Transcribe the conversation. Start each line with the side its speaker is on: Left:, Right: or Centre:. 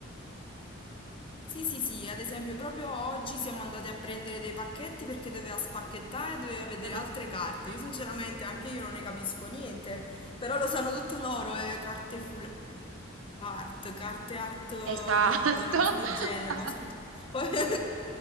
Left: Sì, sì, sì, ad esempio proprio oggi siamo andati a prendere dei pacchetti perché doveva spacchettare, doveva vedere
Right: <laughs>
Left: altre carte. Io sinceramente anche io non ne capisco niente, però lo sanno tutto loro, eh, carte full art, carte art eh,
Right: Esatto.
Left: mid, una cosa del genere,
Right: <laughs>
Left: poi, sono tutte- poi- <laughs>